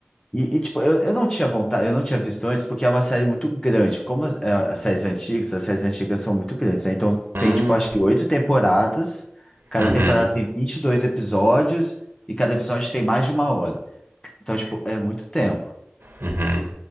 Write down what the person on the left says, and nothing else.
E, e, tipo, eu, eu não tinha vontade, eu não tinha visto antes, porque é uma série muito grande. Como as, é, as séries antigas, as séries antigas são muito grandes, né? Então
tem, tipo, acho que oito temporadas, cada
temporada tem 22 episódios, e cada episódio tem mais de uma hora. Então, tipo, é muito tempo.